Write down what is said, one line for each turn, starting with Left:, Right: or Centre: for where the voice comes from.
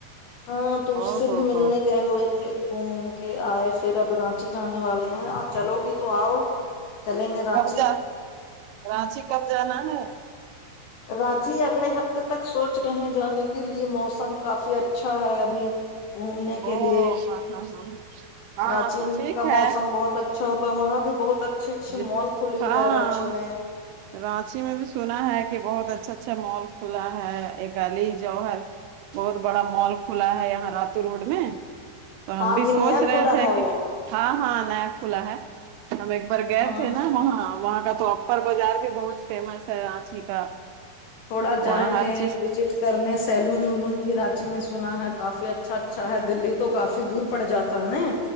Left: ہاں تو اس
Right: او
Left: سے
Right: ہو
Left: بھی ملنے
Right: ہو
Left: گے ہوئے تھے گھوم ووم کے آئے پھر اب رانچی جانے والے ہیں آ چلو گی تو آؤ چلیں گے رانچی
Right: کب جا رانچی کب جانا ہے
Left: رانچی اگلے ہفتے تک سوچ رہے ہیں جانے کے لیے موسم کافی اچھا ہے ابھی گھومنے کے
Right: او
Left: لیے
Right: ہاں ہاں ہاں ہاں
Left: رانچی
Right: تو ٹھیک
Left: کا
Right: ہے
Left: موسم بہت اچھا ہو تو وہاں بھی بہت اچھی اچھی
Right: جی
Left: مال کھلی
Right: ہاں
Left: ہے رانچی میں
Right: رانچی میں بھی سنا ہے کہ بہت اچھا اچھا مال کھلا ہے ایک علی جوہر بہت بڑا مال کھلا ہے یہاں راتو روڈ میں تو
Left: ہاں
Right: ہم بھی
Left: ابھی
Right: سوچ
Left: نیا
Right: رہے
Left: کھلا
Right: تھے
Left: ہے
Right: کہ
Left: وہ
Right: ہاں ہاں نیا کھلا ہے ہم ایک بار گئے
Left: ہاں
Right: تھے نا وہاں وہاں کا تو پر بازار بھی بہت فیمس ہے رانچی کا
Left: تھوڑا
Right: وہاں
Left: جائیں
Right: ہر
Left: گے
Right: چیز
Left: وی جیٹ کرنے سیلون ولون بھی رانچی میں سنا ہے کافی اچھا اچھا ہے دلی تو کافی دور پڑ جاتا تہ نئی